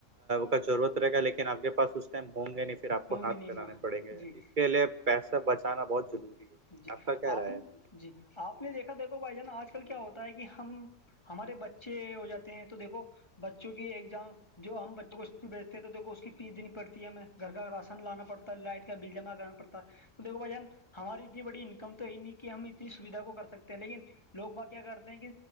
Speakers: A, on the right; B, on the left.
A: کا ضرورت رہےا لیکن آپ کے پس اس ٹائم ہوں گے نہیں پھر آپ کو
B: ہوں
A: ہاتھ
B: گے نہیں
A: پھیلانے
B: ماں
A: پڑیں گے
B: جی
A: اس کے لیے پیسے بچانا بہت ضروری ہے
B: جی
A: کا کیا رائے
B: آپ
A: ہے
B: جی آپ نے دیکھا دیکھو بھائی جان آج کل کیا ہوتا ہے کہ ہم ہمارے بچے ہو جاتے ہیں تو دیکھو بچوں کی ایگزام جو ہم بچوں کو اس بیچتے تھ تو اس کی پیس دینیڑتی ہے ہمیں گھر کا راشن لانا پڑتا ہے لائٹ بل جمع کرنا پڑتا ہے تو دیکھو بھائیان ہماری تو بڑی انکم تو یہ نہیں کہ ہم اتنی سویدھا کو کر سکتے ہیں لیکن لوگ با کیا کرتے ہیں کہ